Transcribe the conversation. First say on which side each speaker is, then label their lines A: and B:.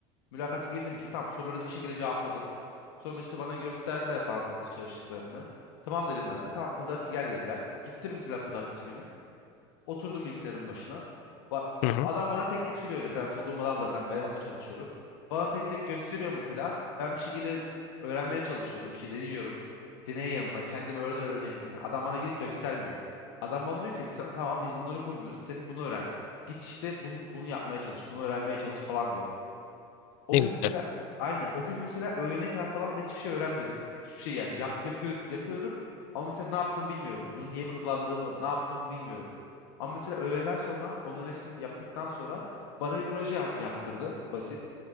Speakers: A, on the left; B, on the left.
A: Mülakata girdim işte. Tamam soruları bir şekilde cevapladım. Sonra işte bana gösterdiler falan nasıl çalıştıklarını. Tamam dedim ben de. Tamam pazartesi gel dediler. Gittim mesela pazartesi günü. Oturdum bilgisayarın başına. Ba-
B: Hı hı.
A: Adam bana tek tek söylüyor referans olduğum adam zaten ben onunla çalışıyorum. Bana tek tek gösteriyor mesela. Ben bir şekilde öğrenmeye çalışıyorum. İşte deniyorum. Deney yanına kendimi öğrene öğrene yapıyorum. Yani adam bana gidip göstermiyor. Adam bana diyor ki "Sa- tamam biz bunları kullanıyoruz. Senin bunu öğren. Git işte bunu, bunu yapmaya çalış. Bunu öğrenmeye çalış falan diyor. O
B: Ne
A: gün
B: güzel.
A: mesela aynen o gün mesela öğlene kadar falan ben hiçbir şey öğrenmedim. Hiçbir şey yani yap, yapıyor, yapıyorum ama mesela ne yaptığımı bilmiyorum. Bunu niye kullandığımı ne yaptığımı bilmiyorum. Ama mesela öğleden sonra onların hepsini yaptıktan sonra bana bir proje yap- yaptırdı basit.